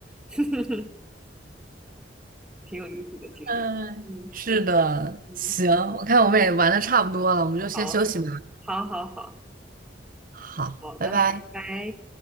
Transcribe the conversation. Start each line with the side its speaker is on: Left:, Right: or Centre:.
Centre: <laughs> 挺有意思的，其实，
Right: 嗯，
Centre: 嗯
Right: 是的，
Centre: 嗯，
Right: 行，我看我们也玩的差不多了，我们就先休息吧。
Centre: 好，好，好，好，
Right: 好，
Centre: 好的，
Right: 拜拜。
Centre: 拜拜。